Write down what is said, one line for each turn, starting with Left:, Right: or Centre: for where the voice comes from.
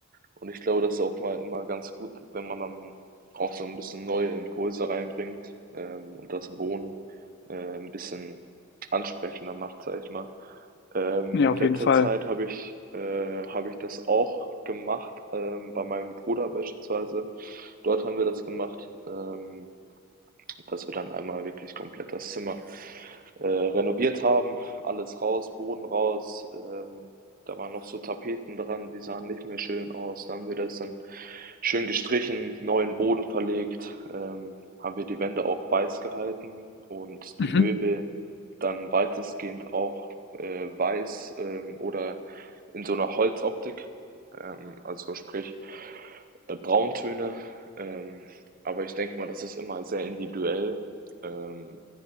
Right: Und ich glaube, das ist auch mal immer ganz gut, wenn man dann auch so ein bisschen neue Impulse reinbringt, ähm, und das Wohnen, äh, ein bisschen ansprechender macht, sag ich mal. Ähm,
Left: Ja,
Right: in
Left: auf
Right: letzter
Left: jeden Fall.
Right: Zeit habe ich, äh, habe ich das auch gemacht, ähm, bei meinem Bruder beispielsweise. Dort haben wir das gemacht. Ähm, dass wir dann einmal wirklich komplett das Zimmer äh, renoviert haben. Alles raus, Boden raus. Ähm, da waren noch so Tapeten dran, die sahen nicht mehr schön aus. Da haben wir das dann schön gestrichen, neuen Boden verlegt, ähm, haben wir die Wände auch weiß gehalten und
Left: Mhm.
Right: die Möbel dann weitestgehend auch äh, weiß ähm, oder in so einer Holzoptik. Ähm, also sprich äh, Brauntöne. Ähm, aber ich denke mal, das ist immer sehr individuell. Ähm,